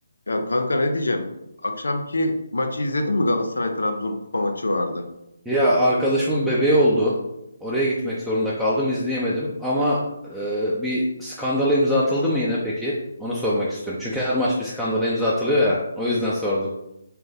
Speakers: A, on the left (about 80°); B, in the centre.
A: Ya kanka ne diyeceğim? Akşamki maçı izledin mi? Galatasaray Trabzon kupa maçı vardı.
B: Ya arkadaşımın bebeği oldu. Oraya gitmek zorunda kaldım, izleyemedim. Ama e, bir skandala imza atıldı mı yine peki? Onu sormak istiyorum. Çünkü her maç bir skandala imza atılıyor ya. O yüzden sordum.